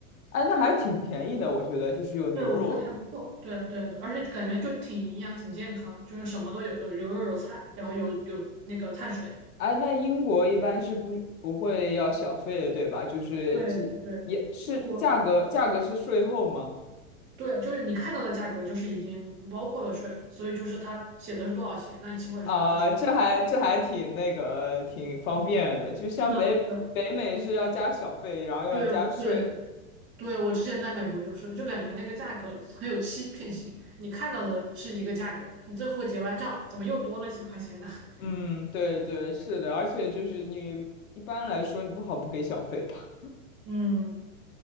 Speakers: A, on the left; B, on the right.
A: 哎，那还挺便宜的，我觉得就是有牛肉。
B: 对，我觉得还不错。对对对啊，而且感觉就挺营养、挺健康的，就是什么都有，有牛肉有菜，然后有有那个碳水。
A: 哎，那英国一般是不不会要小费的，对吧？就是其也是价格，
B: 对对，英国。
A: 价格是税后吗？
B: 对，就是你看到的价格就是已经包括了税了，所以就是它写的是多少钱，那基本上就是
A: 啊、这还这还挺那个挺方便的，就像北北美是要加小费，
B: 是的，是的，
A: 然后又要加税。
B: 对对对，我之前在美国就是，就感觉那个价格很有欺骗性，你看到的是一个价格，你最后结完账怎么又多了几块钱呢？<laughs>
A: 嗯，对对，是的，而且就是你一般来说你不好不给小费吧？
B: 嗯，